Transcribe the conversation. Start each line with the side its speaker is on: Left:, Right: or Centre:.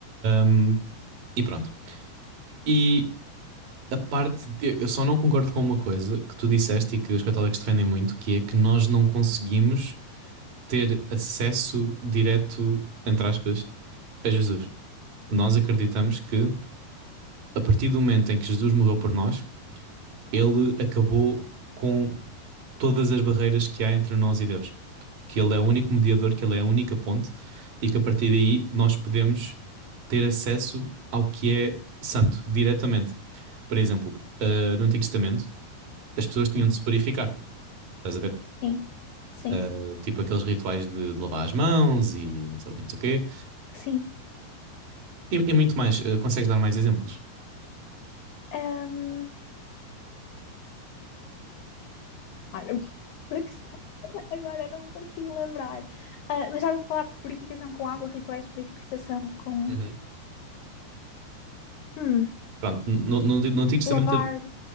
Right: hum, e pronto. E a parte. de- eu só não concordo com uma coisa que tu disseste e que os católicos defendem muito, que é que nós não conseguimos ter acesso direto, entre aspas, a Jesus. Nós acreditamos que a partir do momento em que Jesus morreu por nós, ele acabou com todas as barreiras que há entre nós e Deus. que ele é o único mediador, que ele é a única ponte, e que a partir daí nós podemos ter acesso ao que é santo, diretamente. Por exemplo, ah, no Antigo Testamento, as pessoas tinham de se purificar. Estás a ver?
Left: Sim, sim,
Right: Ah, tipo aqueles rituais de, de lavar as mãos e não sei o que, não sei o quê.
Left: sim.
Right: E, e muito mais. Ah, consegues dar mais exemplos?
Left: Ahm, olha, a questão agora não me consigo lembrar. Ah, mas estava a falar de purificação com água, rituais de purificação com
Right: Uhum.
Left: hum,
Right: Pronto, no, no, no Antigo Testamento
Left: lavar,